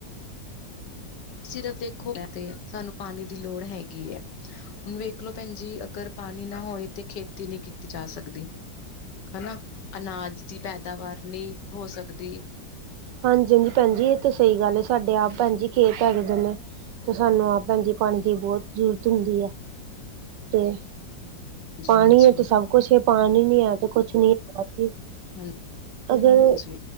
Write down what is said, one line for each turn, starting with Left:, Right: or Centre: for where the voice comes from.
Left: ਸਿਰਫ ਦੇਖੋ ਤੇ ਸਾਨੂੰ ਪਾਨੀ ਦੀ ਲੋੜ ਹੈਗੀ ਐ। ਹੁਣ ਵੇਖਲੋ ਭੈਣ ਜੀ ਅਗਰ ਪਾਣੀ ਨਾ ਹੋਏ ਤੇ ਖੇਤੀ ਨੀ ਕੀਤੀ ਜਾ ਸਕਦੀ। ਹੈਨਾ, ਅਨਾਜ ਪੈਦਾਵਾਰ ਨੀ ਹੋ ਸਕਦੀ।
Right: ਹਾਂਜੀ ਹਾਂਜੀ ਭੈਣਜੀ ਏ ਤੇ ਸਈ ਗੱਲ ਏ। ਸਾਡੇ ਆਪ ਭੈਣ ਜੀ ਖੇਤ ਹੈਗੇ ਦੇ ਨੇ। ਤੇ ਸਾਨੂੰ ਆਪ ਭੈਣ ਜੀ ਪਾਣੀ ਦੀ ਬੋਤ ਜਰੂਰਤ ਹੁੰਦੀ ਐ ਤੇ
Left: ਹਾਂਜੀ,
Right: ਪਾਣੀ
Left: ਹਾਂਜੀ।
Right: ਏ ਤੇ ਸਭ ਕੁਛ ਏ। ਪਾਣੀ ਨੀ ਹੈ ਤੇ ਕੁਛ ਨੀ ਜੀ
Left: ਹੂਂ-ਜੀ
Right: ਅਗਰ